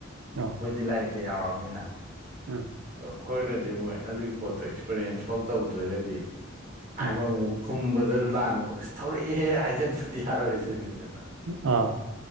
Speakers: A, on the right; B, on the right.
A: <unintelligible>
B: ꯃꯣꯏꯗꯤ ꯂꯥꯏꯔꯤꯛꯇ ꯌꯥꯎꯔꯕꯅꯤꯅ
A: ꯎꯝ
B: ꯑꯩꯈꯣꯏꯅꯗꯤ ꯃꯣꯏ ꯑꯗꯨꯏ ꯄꯣꯠꯇꯣ ꯑꯦꯛꯁꯄꯔꯤꯌꯦꯟꯁ ꯐꯥꯎ ꯇꯧꯗ꯭ꯔꯒꯗꯤ ꯍꯥꯏꯕ
A: ꯎꯝ
B: ꯑꯃꯨꯛ ꯈꯨꯝꯕꯗ ꯂꯥꯟꯅ ꯈꯣ ꯑꯁ ꯊꯧꯔꯛꯑꯦꯍꯦ ꯍꯥꯏꯖꯤꯟꯕꯗꯤ ꯌꯥꯔꯣꯏꯗꯨꯏꯅꯤꯗꯅ
A: ꯑꯥꯎ